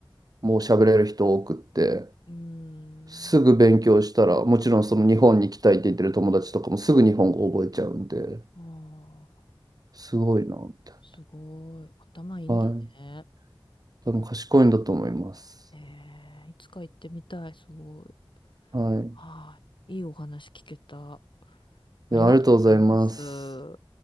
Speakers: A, on the right; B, on the left.
A: も喋れる人多くって
B: うーん。
A: すぐ勉強したらもちろんその日本に行きたいって言ってる友達とかもすぐ日本語覚えちゃうんで
B: ああ、
A: すごいなみたい
B: すごい。頭いいんだね。
A: な。はい。多分賢いんだと思います。
B: えー、いつか行ってみたい。すごい。
A: はい。
B: はい。いいお話聞けた。ありがとうございます。
A: いや、ありがとうございます。